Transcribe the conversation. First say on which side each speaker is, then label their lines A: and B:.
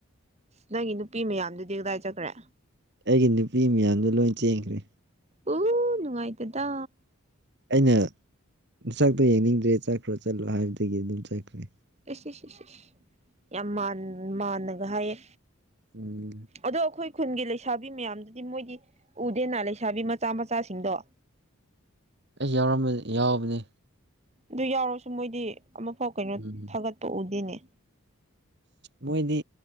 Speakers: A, on the right; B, on the right.
A: ꯅꯪꯒꯤ ꯅꯨꯄꯤ ꯃꯌꯥꯝꯗꯨꯗꯤ ꯀꯗꯥꯏ ꯆꯠꯈ꯭ꯔꯦ
B: ꯑꯩꯒꯤ ꯅꯨꯄꯤ ꯃꯌꯥꯝꯗꯣ ꯂꯣꯏ ꯆꯦꯟꯈ꯭ꯔꯦ
A: ꯎ ꯅꯨꯡꯉꯥꯏꯇꯗ
B: ꯑꯩꯅ ꯅꯁꯛꯇꯣ ꯌꯦꯡꯅꯤꯡꯗ꯭ꯔꯦ ꯆꯠꯈ꯭ꯔꯣ ꯆꯠꯂꯣ ꯍꯥꯏꯕꯗꯒꯤ ꯑꯗꯨꯝ ꯆꯠꯈ꯭ꯔꯦ
A: ꯑꯦꯁ ꯑꯦꯁ ꯑꯦꯁꯦ ꯌꯥꯝ ꯃꯥꯟꯅꯒ ꯍꯥꯏꯌꯦ
B: ꯎꯝ
A: ꯑꯗꯣ ꯑꯩꯈꯣꯏ ꯈꯨꯟꯒꯤ ꯂꯩꯁꯥꯕꯤ ꯃꯌꯥꯝꯗꯨꯗꯤ ꯃꯣꯏꯗꯤ ꯎꯗꯦꯅ ꯂꯩꯁꯥꯕꯤ ꯃꯆꯥ ꯃꯆꯥꯁꯤꯡꯗꯣ
B: ꯑꯩ ꯌꯥꯎꯔꯝꯕ-ꯌꯥꯎꯕꯅꯦ
A: ꯑꯗꯨ ꯌꯥꯎꯔꯁꯨ ꯃꯣꯏꯗꯤ ꯑꯃꯐꯥꯎ ꯀꯩꯅꯣ
B: ꯎꯝ
A: ꯊꯥꯒꯠꯄ ꯎꯗꯦꯅꯦ
B: ꯃꯣꯏꯗꯤ